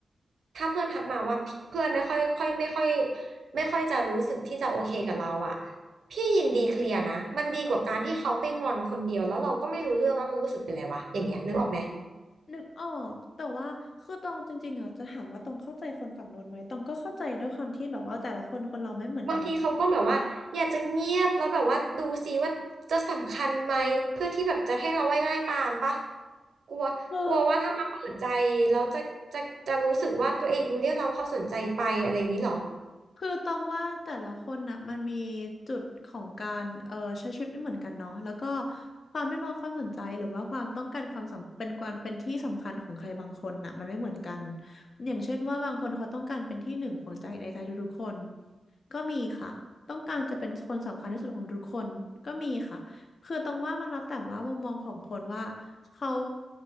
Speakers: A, on the right; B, on the left.
A: ถ้าเพื่อนทักมาว่าพี่เพื่อนไม่ค่อยค่อยไม่ค่อยไม่ค่อยจะรู้สึกที่จะโอเคกับเราอ่ะพี่ยินดีเคลียร์นะมันดีกว่าการที่เขาไปงอนคนเดียวแล้วเราก็ไม่รู้เรื่องแล้วเรารู้สึกเป็นไรวะอย่างเงี้ยนึกออกไหม
B: นึกออกแต่ว่าคือตองจริงๆอ่ะจะถามว่าตองเข้าใจคนฝั่งโน้นไหมตองก็เข้าใจด้วยความที่แบบว่าแต่ละคนคนเราไม่เหมือนกัน
A: บางทีเขาก็แบบว่าอยากจะเงียบแล้วแบบว่าดูซิว่าจะสำคัญไหมเพื่อที่แบบจะให้เราไว้ไล่ตามปะกลัวกลัวว่าถ้ามาเปิดใจแล้วจะจะจะรู้สึกว่าตัวเองดูเรียกเราเข้าสนใจไปอะไรอย่างนี้เหรอ
B: เออ คือตองว่าแต่ละคนน่ะมันมีจุดของการเอ่อใช้ชีวิตไม่เหมือนกันเนาะแล้วก็ความเรียกร้องความสนใจหรือว่าความต้องการความสำเป็นความเป็นที่สำคัญของใครบางคนน่ะมันไม่เหมือนกันอย่างเช่นว่าบางคนเขาต้องการเป็นที่หนึ่งของใจในใจทุกๆคนก็มีค่ะต้องการจะเป็นคนสำคัญที่สุดของทุกคนก็มีค่ะคือตรงว่ามันแล้วแต่ว่ามุมมองของคนว่าเขา